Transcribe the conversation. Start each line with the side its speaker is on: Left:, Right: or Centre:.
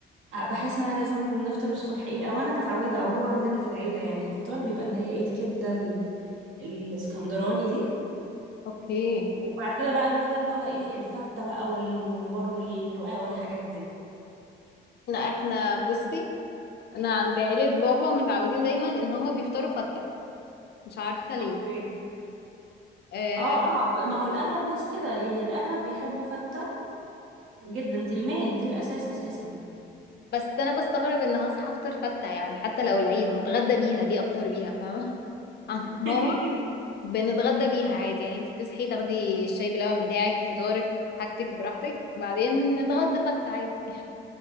Right: بحس ان انا لازم نفطر الصبح ايه او انا متعوده او هو عندنا في العيله يعني الفطار بيبقى اللي هي ايه الكبده ال- الاسكندراني دي
Left: اوكي
Right: وبعد كده بقى الغدا اللي هو ايه الفته بقى والممبار والرقاق والحاجات دي
Left: لا احنا بصي انا عند عيلة بابا متعودين دايما ان هما بيفطروا فتة مش عارفة ليه
Right: اوكي
Left: آه
Right: اه اه ما هو الاغلب ناس كده يعني الاغلب بيحبوا فته جدا دي المين دي الاساس اساسا
Left: بس انا بستغرب ان هصحى افطر فتة يعني حتى لو العيد ما اتغدى بيها ليه افطر بيها فاهمة <laughs> عند ماما
Right: <laughs>
Left: بنتغدى بيها عادي يعني انت بتصحي تاخدي الشاي بلبن بتاعك فطارك حاجتك براحتك بعدين نتغدى فتة عادي